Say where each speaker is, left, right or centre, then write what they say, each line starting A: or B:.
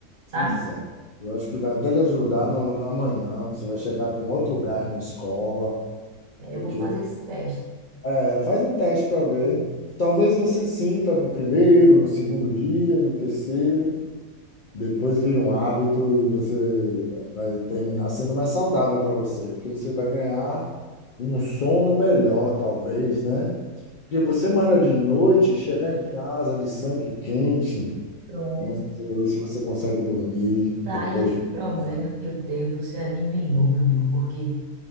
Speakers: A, on the right; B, on the left.
A: sabe?
B: Pois é. Eu acho que vai até lhe ajudar no, na manhã. Você vai chegar com outro gás na escola.
A: É,
B: Porque,
A: Eu vou fazer esse teste.
B: é, faz um teste para ver. Talvez você sinta no primeiro, no segundo dia, no terceiro. Depois vira um hábito e você vai terminar sendo mais saudável para você, porque você vai ganhar um sono melhor, talvez, né? Porque você malha de noite, chegar em casa de sangue quente,
A: Pronto.
B: não sei se você consegue dormir
A: Tá,
B: depois
A: e outro
B: de
A: problema
B: malhar.
A: que eu tenho, você adivinhou, meu amigo, porque